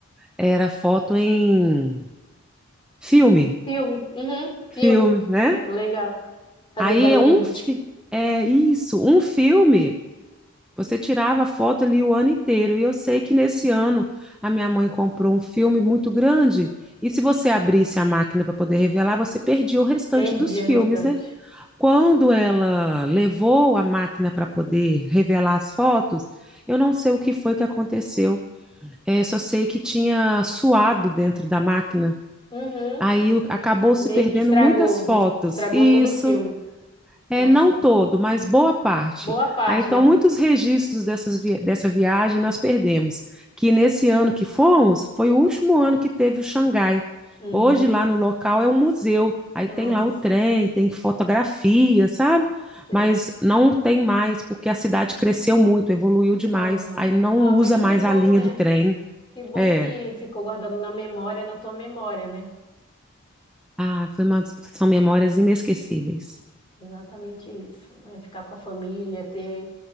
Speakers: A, in the centre; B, on the left (about 25°).
A: era foto em Filme,
B: Filme, uhum,
A: filme,
B: filme.
A: né?
B: Era legal. Fazia
A: Aí
B: o barulhinho.
A: é um fi-
B: tch,
A: é isso, um filme. Você tirava foto ali o ano inteiro. E eu sei que nesse ano a minha mãe comprou um filme muito grande. E se você abrisse a máquina para poder revelar, você perdia o restante
B: Perdi
A: dos
B: o
A: filmes,
B: restante.
A: né? Quando ela levou a máquina para poder revelar as fotos, eu não sei o que foi que aconteceu. É, só sei que tinha suado dentro da máquina.
B: Uhum.
A: Aí o- acabou
B: Meio
A: se perdendo
B: que estragou,
A: muitas fotos.
B: me- estragou
A: Isso.
B: todo o filme.
A: É,
B: Nossa,
A: não todo, mas boa parte.
B: boa parte,
A: Ah, então,
B: né?
A: muitos registros dessas vi- dessa viagem nós perdemos, que nesse ano que fomos, foi o último ano que teve o Xangai.
B: Uhum.
A: Hoje, lá no local, é um museu. Aí
B: Nossa,
A: tem lá o trem, tem fotografia, sabe?
B: sei.
A: Mas não tem mais, porque a cidade cresceu muito, evoluiu demais.
B: Aham.
A: Aí não
B: Ah,
A: usa
B: mas
A: mais
B: que bom,
A: a linha
B: né?
A: do trem.
B: Que bom
A: É.
B: que ficou guardado na memória, na tua memória, né?
A: Ah, foi uma- são memórias inesquecíveis.
B: Exatamente isso, né? Ficar com a família, ter,